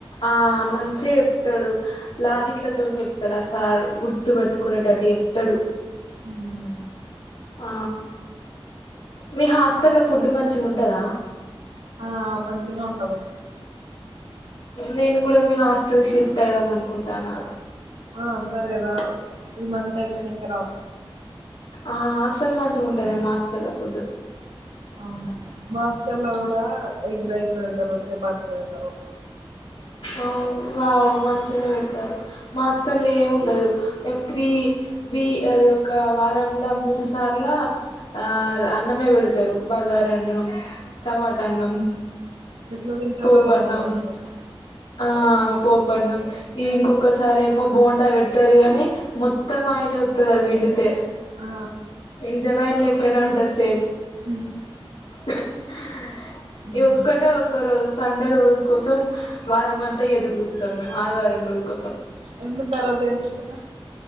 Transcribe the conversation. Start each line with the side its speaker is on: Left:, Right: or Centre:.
Left: ఆ మంచిగ చెప్తాడు లాజిక్ లతోన్ చెప్తడ్ ఆ సార్ గుర్తు పెట్టుకునేటట్ ట్టు చేప్తడు
Right: ఉమ్మ్
Left: ఆ మీ హాస్టల్ల ఫుడ్ మంచిగుంటదా?
Right: ఆ మంచిగ్నే ఉంటది
Left: నేను గూడ మీ హాస్టల్ షిఫ్ట్ అయిదాం అన్కుంటానా!
Right: ఆ సరే రా ఈ మంత్ అయ్ పోయినంక రా
Left: ఆ అసల్ మంచిగుంటలె మాస్టల్ల ఫుడ్డు
Right: అవునా మా హస్టలో కూడా ఎగ్ రైస్ వెడ్తరు చపాతి వెడ్తరు.
Left: అవ్ వావ్ మంచ్ గ్నే పెడ్తరు మాస్టల్లో ఏం ఉండదు ఎమ్ త్రీ బి అది ఒక వారం ల మూడు సార్ల ఆ అన్నమే వెడ్తరు బగారన్నం టమాటా అన్ అన్నం
Right: ఎట్ల తింటురో
Left: పోపన్నం
Right: ఎమో మరి మీరు
Left: ఆ పోపన్నం ఇంకొకసారెమో బోండా పెడ్తరు గానీ మొత్తం ఆయిలే వొత్తది అది పి పిండితే
Right: ఆ
Left: ఇంజన్ ఆయిల్లెక్కనే ఉంటద్ సేమ్
Right: ఉమ్
Left: అ హా
Right: మ్మ్.
Left: ఈ ఒక్కటే ఒక్క రోజ్ సండే రోజ్ కోసం వారం అంతా ఎదురు సుత్తమ్ మేమ్ ఆదివారం రోజ్ కోసం
Right: ఎందుక్ ఆ రోజు ఏం టిఫిను